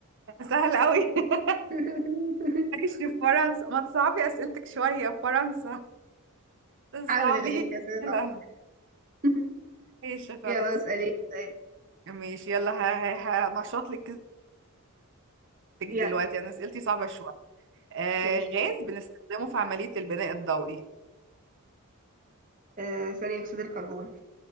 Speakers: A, on the right; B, on the right.
A: سهل قوي <laughs>
B: <laughs>
A: عايش في فرنسا ما تصعبي أسئلتك شوية فرنسا
B: حاول
A: صعبي
B: الاقي
A: لي
B: لك أسئلة صعبة
A: الأسئلة
B: <laughs>
A: ماشي خلاص
B: يلا اسألي سؤال.
A: ماشي يلا ه- ه- هنشط لك كذبتك دلوقتي
B: يلا
A: أنا أسئلتي صعبة شوية آه
B: ماشي
A: غاز بنستخدمه في عملية البناء الضوئي
B: آه، ثاني أكسيد الكربون